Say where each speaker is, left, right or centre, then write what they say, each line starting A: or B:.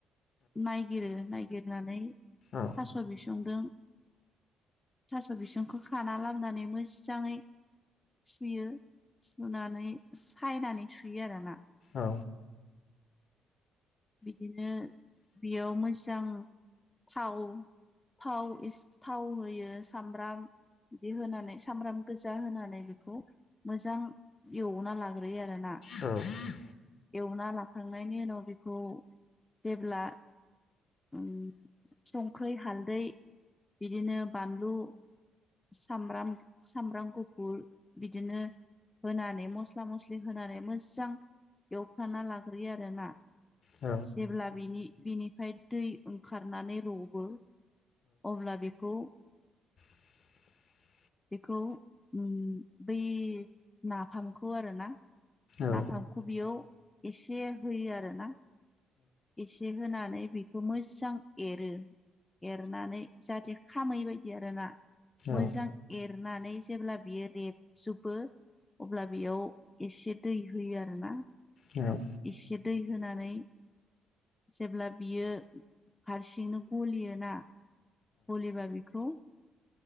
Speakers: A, on the left; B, on the left.
A: नायगिरो नायगिरनानै
B: औ
A: थास' बिसं दों थास' बिसंखौ खाना लाबोनानै मोजाङै सुयो, सुनानै सायनानै सुयो आरोना।
B: औ
A: बिदिनो बेयाव मोजां थाव थाव एस थाव होयो सामब्राम बिदि होनानै सामब्राम गोजा होनानै बेखौ मोजां एवना लाग्रोयो आरो ना?
B: औ।
A: एवना लाखांनायनि उनाव बेखौ जेब्ला ओम संख्रि हालदै बिदिनो बानलु सामब्राम सामब्राम गुफुर बिदिनो होनानै मस्ला मस्लि होनानै मोजां एवफ्राना लाग्रोयो आरोना
B: औ
A: जेब्ला बिनि बिनिफ्राय दै ओंखारनानै रबो अब्ला बेखौ
B: <inaudible>
A: बेखौ उम बै नाफामखौ आरोना।
B: औ
A: नाफामखौ बेयाव एसे होयो आरोना। एसे होनानै बेखौ मोजां एरो। एरनानै जाहाथे खामै बदि आरोना मोजां
B: औ
A: एरनानै जेब्ला बियो रेबजुबो। अब्ला बेयाव एसे दै होयो आरोना।
B: औ।
A: से दै होनानै। जेब्ला बियो हारसिंनो गलियोना। गलिबा बिखौ।